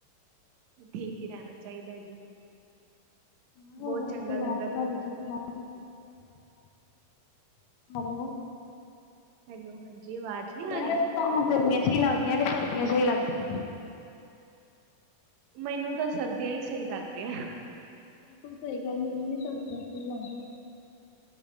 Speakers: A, on the right; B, on the left.
A: ਠੀਕ ਹੀ ਰਹਿਣਾ ਚਾਹੀਦਾ ਜੀ
B: ਹਾਂ
A: ਬਹੁਤ
B: ਸਾਰੇ
A: ਚੰਗਾ
B: ਪਰਿਵਾਰ
A: ਲੱਗਾ
B: ਚ
A: ਤੁਹਾਡੇ ਨਾਲ
B: ਠੀਕ
A: ਗੱਲ
B: ਠਾਕ
A: ਕਰਕੇ।
B: ਹੈਲੋ
A: ਹੈਲੋ ਹਾਂਜੀ ਆਵਾਜ਼ ਨਹੀਂ ਆ
B: ਮੈਂ
A: ਰਹੀ
B: ਵੈਸੇ ਤੁਹਾਨੂੰ ਗਰਮੀਆਂ ਸਹੀ ਲੱਗਦੀਆਂ ਕਿ ਸਰਦੀਆਂ ਸਹੀ ਲੱਗਦੀਆਂ
A: ਮੈਨੂੰ ਤਾਂ ਸਰਦੀਆਂ ਹੀ ਸਹੀ ਲੱਗਦੀਆਂ
B: ਬਿਲਕੁਲ ਸਹੀ ਗੱਲ ਮੈਨਨੀ ਵੀ ਸਕਦੇ ਲੱਗ